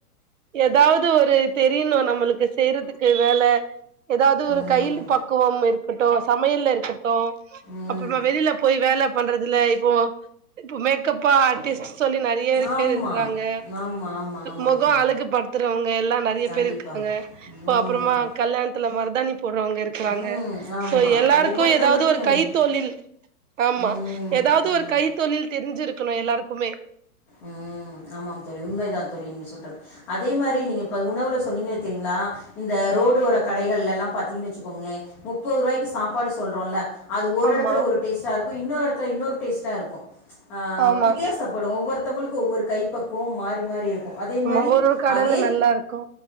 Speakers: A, on the right; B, in the centre.
A: ஏதாவ்து ஒரு தெரியணு நம்மளுக்கு செய்யற்துக்கு வேல ஏதாவது ஒரு
B: ம்
A: கையில் பக்குவம் இருக்கட்டு சமையல்ல இருக்கட்டு
B: ம்
A: அப்புறமா வெளியில போய் வேல பண்றதுல இப்போ இப்ப மேக்கப்பா ஆர்டிஸ்ட் சொல்லி நிறைய
B: ஆமாம்
A: பேரு இருக்குறாங்க
B: ஆமாம் ஆமாம் ஆமாம்
A: மொகோ
B: தோழி
A: அழுகுப்படுத்துறவங்க எல்லா நிறைய
B: கண்டிப்பாக
A: பேர் இருக்காங்க இப்ப
B: ம்
A: அப்புறமா கல்யாணத்துல மருதாணி போடுறவங்க இருக்கறாங்க
B: ம் ஆமாம்
A: சோ எல்லாருக்கு
B: ஒவ்வொருத்தவங்கள்ட்டையும்
A: ஏதாவ்து ஒரு கைத் தொழில் ஆமா
B: ம்
A: ஏதாவ்து ஒரு
B: ம்
A: கைத்தொழில் தெரிஞ்சிருக்கணு எல்லாருக்குமே
B: ம் ஆமாங் தோழி உண்மைதா தோழி நீ சொல்றது அதே மாரி நீங்க இப்ப உணவுல சொன்னீங்கனே தெரிங்களா இந்த ரோடு ஓர கடைகள்ல ல்லா பாத்தீங்கன்னு வச்சுக்கோங்களே முப்போருவாய்க்கி சாப்பாடு சொல்றோல்ல அது ஒரு
A: ஆமா
B: எடத்துல ஒரு டேஸ்ட்டா இருக்கு இன்னொரு எடத்துல இன்னொரு டேஸ்ட்டாக இருக்கு
A: ஆமா
B: வித்தியாசப்படு ஒவ்வொரு ஒர்த்தவங்களுக்கு ஒவ்வொரு கைப்பக்குவோ மாறி மாறி இருக்கு அதே
A: ஆமா
B: மாரி
A: ஒரு ஒரு கடல
B: அதே
A: நல்லா இருக்கு